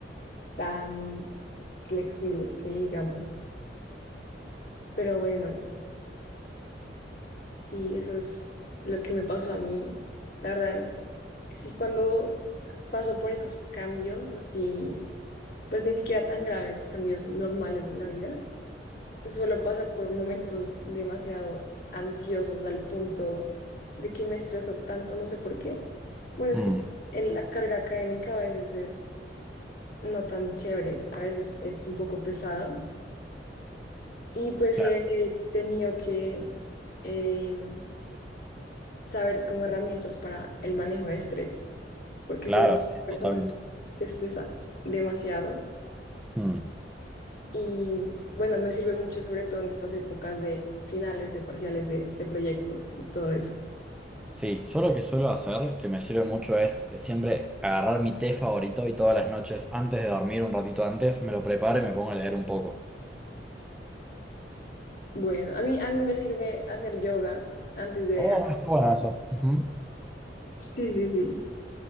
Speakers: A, on the left; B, in the centre.
A: tan flexibles que digamos. Pero bueno, sí, eso es lo que me pasó a mí. La verdad, sí, cuando paso por esos cambios así, pues ni siquiera tan graves, cambios normales de la vida suelo pasar por momentos demasiado ansiosos al punto de que me estreso tanto, no sé por qué. Bueno,
B: Mm,
A: es que el- la carga académica a veces es no tan chévere, a veces es un poco pesada y pues
B: claro,
A: he, he tenido que em, saber como herramientas para el manejo de estrés, porque
B: claro,
A: soy una
B: sí,
A: persona
B: totalmente.
A: que se estresa demasiado
B: Mm.
A: y bueno, me sirve mucho sobre todo en estas épocas de finales, de parciales, de, de proyectos y todo eso.
B: Sí, yo lo que suelo hacer, que me sirve mucho, es eh, siempre agarrar mi té favorito y todas las noches, antes de dormir, un ratito antes, me lo preparo y me pongo a leer un poco.
A: Bueno, a mí, a mí me sirve hacer yoga antes de
B: Oh,
A: acostarme.
B: está bueno eso. Ujú.
A: Sí, sí, sí.